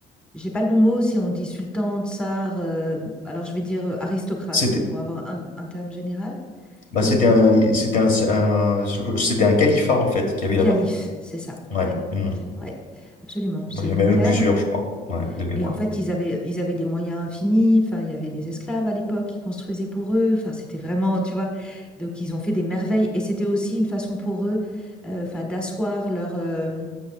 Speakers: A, in the centre; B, on the left.
A: j'ai pas le bon mot si on dit sultan, tsar, heu, alors je vais dire, heu, aristocrate
B: C'était-
A: pour avoir un un terme général.
B: Bah,
A: Oui,
B: c'était un, c'était un, un- c'était un califat, en fait, qu'il y avait là-bas.
A: calife, c'est ça.
B: Ouais.
A: Ouais,
B: Mm.
A: ouais, absolument, c'est
B: Bon, il
A: le
B: y en
A: bon
B: avait même
A: terme
B: plusieurs, je crois. Ouais, de mémoire.
A: et en fait, ils avaient ils avaient des moyens infinis, enfin, il y avait des esclaves à l'époque qui construisaient pour eux, enfin, c'était vraiment, tu vois? Donc ils ont fait des merveilles et c'était aussi une façon pour eux, heu, enfin, d'asseoir leur, hem,